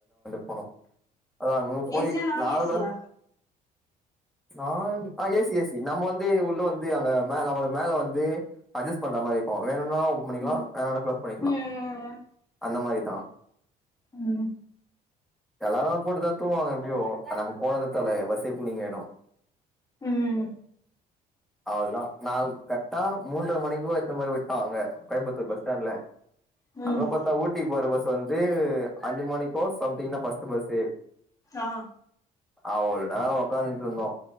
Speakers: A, in the centre; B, on the left (about 20°).
A: <unintelligible> அதா அங்க போயி
B: ஏசியா நான்
A: நால்ற
B: ஏசியா
A: நான் ஆ ஏசி ஏசி நம்ம வந்து உள்ள வந்து <unintelligible> மேல வ மேல வந்து அட்ஜஸ்ட் பண்றா மாரி இருக்கு வேணு ன்னா ஓபன் பண்ணிக்கலா
B: ம்
A: வேணான்னா க்ளோஸ் பண்ணிக்கலா
B: ம்
A: அந்த மாரி தா
B: ம் ம்
A: எல்லாரு போட்டு தூங்குவாங்க எப்டியோ நம்ம போனது <unintelligible> பஸ்ஸே கூலிங்கயிடு
B: ம்
A: அவ்ளதா நாள் கரெக்டா மூன்றர மணிக்கு எடுத்துன்னு போய் விட்டான் அங்க கோயம்புத்தூர் பஸ் ஸ்டாண்ட்ல
B: ம்
A: அங்க பாத்தா ஊட்டிக்கு போற பஸ் வந்து அஞ்சு மணிக்கோ சம் தீங்கன்னா ஃபஸ்ட்டு பஸ்ஸு
B: ஆ
A: அவளோ நேர உக்காந்துட்டு இருந்தோ